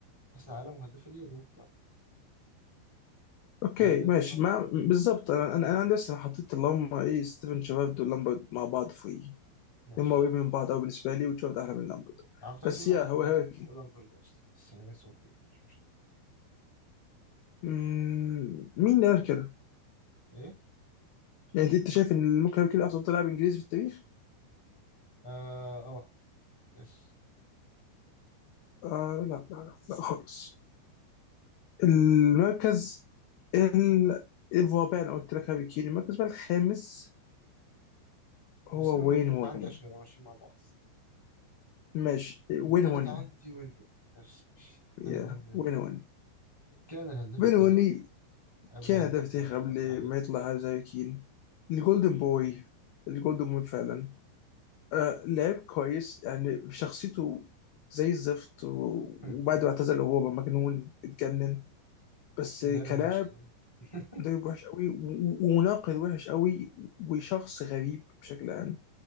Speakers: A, in the centre; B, on the left (about 80°).
A: كاس العالم وهداف اليورو
B: اوكي
A: فالهدافين
B: ماشي
A: هو
B: ما بالظبط انا انا انا لسه حطيت اللي هم ايه ستيفن شيرارد ولامبرد مع بعض في
A: ماشي
B: هم قريبين من بعض قوي بالنسبه لي وشيرارد احلى من لامبرد
A: انا كنت عايز
B: بس
A: اقول
B: يا
A: عامة
B: هو هاري
A: هاري كين فوق
B: كين
A: لامبرد اصلا السنة، بس يعني يس اوكي مش مشكلة
B: مم، مين اللي قال كده؟
A: ايه
B: يعني انت شايف ان ممكن هاري كين افضل لاعب انجليزي في التاريخ؟
A: اه اه يس
B: آه لا لا لا, لا خالص المركز ال الرابع انا قلت لك هاري كين المركز بقى الخامس هو
A: بس انا اقول
B: وين
A: التالت
B: هوني
A: عندي عشان نبقى ماشيين مع بعض
B: ماشي وين
A: التالت
B: هوني
A: عندي وين روني يس ماشي التالت
B: يا
A: عندي وين
B: وين
A: روني
B: هوني
A: كان الهداف
B: بينوني
A: التاريخي قبل
B: كان
A: هاري كين
B: ده في
A: ما يحط
B: قبل
A: عليه
B: ما يطلع زي كين الجولدن بوي الجولدن بوي فعلا آه لعب كويس يعني شخصيته زي الزفت و-
A: هم.
B: وبعد ما اعتزل هو بقى مجنون اتجنن بس
A: مدرب
B: كلاعب
A: وحش قوي <laughs>
B: مدرب وحش قوي و- و- ومناقد وحش قوي وشخص غريب بشكل عام